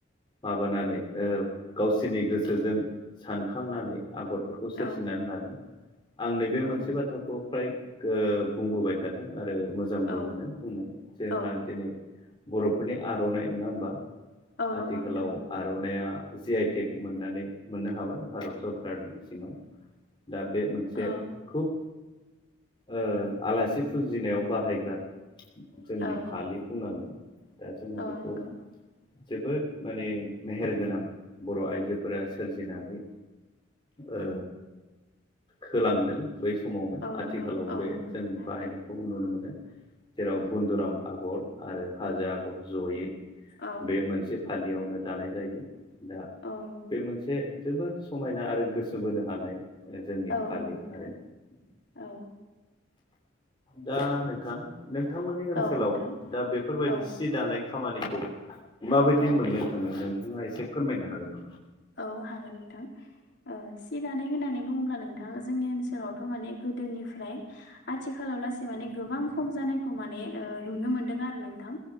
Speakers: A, on the left; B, on the left.
A: माबानानै ओ गावसोरनि गोसोजों सानखांनानै। आगरफोरखौ सोरजिनानै
B: औ
A: लादों आं नैबे
B: औ
A: मोनसे बाथ्राखौ। फ्राय ओ बुंबोबाय थादों आरो। मोजांबो
B: औ
A: मो बुंनो जोंहा
B: औ
A: दिनै बर'फोरनि आर'नाइ नङा होनबा।
B: औ नंगौ
A: आथिखालाव
B: नोंथां
A: आर'नाइया। जि आइटेक मोननानै मोननो हाबाय भारत सरकारनि सिङाव। दा बे मोनसे
B: औ
A: खुब ओ आलासि फुजिनायाव बाहायग्रा। जोंनि
B: औ
A: फालि बुंनांगोन दा जोङो
B: औ
A: बेखौ
B: नंगौ
A: जोबोद माने मेहेरगोनां बर' आइजोफोरा सोरजिनानै। ओ होलांदों बै समावनो
B: औ नंगौ
A: आथिखालाव
B: औ
A: बे
B: नंगौ
A: जों
B: नोंथां
A: बाहायनायखौ नुनो मोनो। जेराव
B: औ
A: बन्दुराम आगर आरो हाजो आगर जयै
B: औ
A: बे मोनसे। यावनो दानाय जायो दा
B: औ नंगौ
A: बे मोनसे। जोबोद समायना आरो गोसो बोनो हानाय। जोंनि
B: औ
A: फालि
B: नंगौ नोंथां
A: आरो
B: औ।
A: दा नोंथां नोंथांमोननि ओनसोलाव
B: औ नोंथां
A: दा बेफोरबायदि
B: औ
A: सि दानाय। खामानिखौ माबायदि
B: औ
A: मोननो थाङो नोंथाङा एसे फोरमायनो हागोन नामा?
B: औ हागोन नोंथां ओ सि दानाय होननानै बुङोब्ला नोंथां जोंनि ओनसोलावथ' माने। ओमफ्राय आथिखालाव लासै माने गोबां खम जानायखौ माने ओ नुनो मोनदों आरो नोंथां।